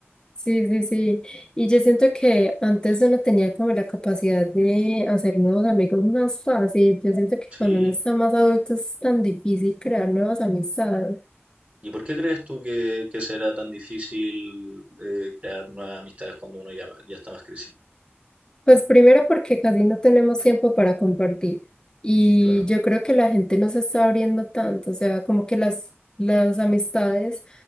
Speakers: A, on the left (about 20°); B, on the right (about 30°).
A: Sí, sí, sí. sí. Y yo siento que antes uno tenía como la capacidad de hacer nuevos amigos más fácil. Yo siento que
B: Sí.
A: cuando uno está más adulto es tan difícil crear nuevas amistades.
B: ¿Y por qué crees tú que, que será tan difícil eh, crear nuevas amistades cuando uno ya, ya está más crecido?
A: Pues primero porque casi no tenemos tiempo para compartir y
B: Claro.
A: yo creo que la gente no se está abriendo tanto, o sea, como que las, las amistades